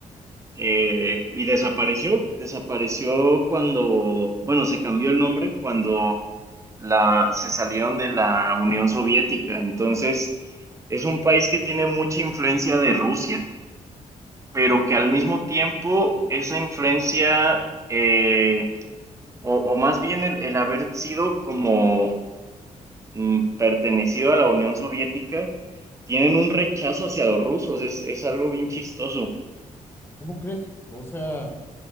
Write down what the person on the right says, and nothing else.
eh, y desapareció, desapareció cuando, bueno, se cambió el nombre cuando la, se salieron de la Unión Soviética. Entonces, es un país que tiene mucha influencia de Rusia, pero que al mismo tiempo esa influencia, eh, o, o más bien el, el haber sido como mm, pertenecido a la Unión Soviética, tienen un rechazo hacia los rusos. Es, es algo bien chistoso.